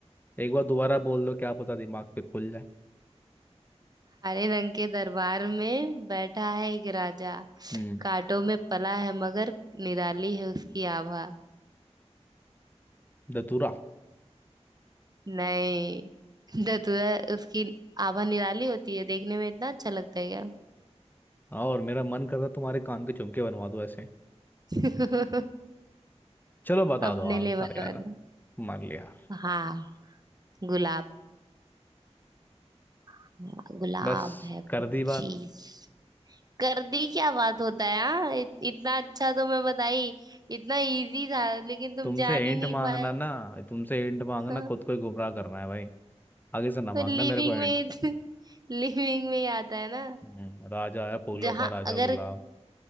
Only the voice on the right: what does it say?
हरे रंग के दरबार में बैठा है एक राजा
कांटों में पला है मगर निराली है उसकी आभा
नहीं <laughs> धतूरा उसकी आभा निराली होती है देखने में इतना अच्छा लगता है क्या
<laughs>
अपने
लिए बनवा
दो
हाँ गुलाब हाँ, गुलाब
है वो
चीज कर दी क्या बात होता है हाँ इत, इतना अच्छा तो मैं बताई इतना इजी था लेकिन तुम
जान
ही नहीं
पाए
हाँ,
तो लिविंग
में लिविंग <laughs> में ही आता है ना
जहाँ
अगर